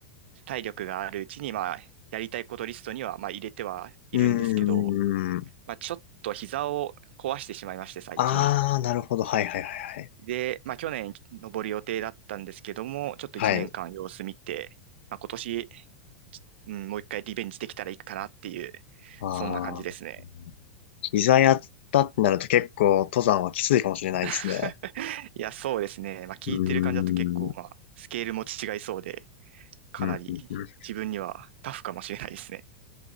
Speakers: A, on the right (about 70°); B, on the left (about 75°).
A: 体力があるうちに、まあ、やりたいことリストには、まあ、入れてはいるんですけど、
B: うーん。
A: まあ、ちょっと膝を壊してしまいまして、最近。
B: あー、なるほど。はい、はい、はい、
A: で、まあ、去年登る予定だったんですけども、ちょっと1年間様子見て、
B: はい。はい。
A: まあ、今年、うん、もう一回リベンジできたらいいかなっていう、
B: あ
A: そんな感じですね。
B: ー。膝やったってなると結構登山はきついかもしれないですね。
A: <laughs> いや、そうですね。まあ、聞いてる感じだと結構、
B: うーん。
A: まあ、スケールも違いそうで、かなり自分にはタフかもしれないですね。
B: うんうんうん